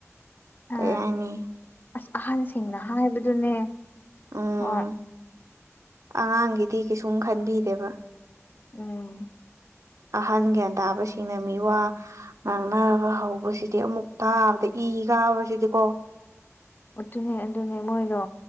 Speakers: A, on the left; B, on the right.
A: ꯑ
B: ꯀꯩ ꯍꯥꯏꯅꯤ
A: ꯑꯁ ꯑꯍꯟꯁꯤꯡꯅ ꯍꯥꯏꯕꯗꯨꯅꯦ꯫
B: ꯎꯝ
A: ꯍꯣꯏ꯫
B: ꯑꯉꯥꯡꯒꯤꯗꯤ ꯀꯩꯁꯨꯝ ꯈꯟꯕꯤꯗꯦꯕ꯫
A: ꯎꯝ꯫
B: ꯑꯍꯟ ꯒ꯭ꯌꯥꯟ ꯇꯥꯕꯁꯤꯡꯅ ꯃꯤ ꯋꯥ ꯉꯥꯡꯅꯕ ꯍꯧꯕꯁꯤꯗꯤ ꯑꯃꯨꯛ ꯇꯥꯕꯗ ꯏ ꯀꯥꯕꯁꯤꯗꯤꯀꯣ꯫
A: ꯑꯗꯨꯅꯦ-ꯑꯗꯨꯅꯦ ꯃꯣꯏꯗꯣ